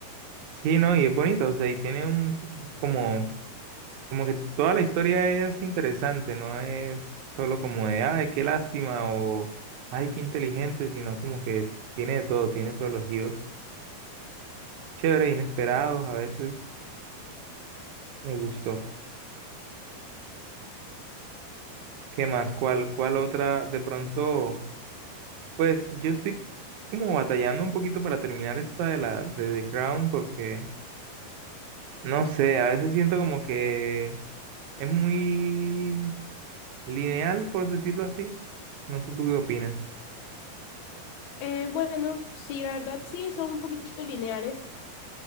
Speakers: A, on the right; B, on the left.
A: Sí, no, y es bonito, o sea, y tiene un, como Como que toda la historia es interesante, no es solo como de, ay, qué lástima o ay, qué inteligente, sino como que tiene de todo, tiene todos los giros chéveres, inesperados, a veces me gustó. ¿Qué más? ¿Cuál, cuál otra? De pronto, pues yo estoy como batallando un poquito para terminar esta de la de The Crown porque, no sé, a veces siento como que es muy lineal, por decirlo así. No sé tú qué opinas.
B: Eh, bueno, sí, la verdad sí, son un poquito lineales.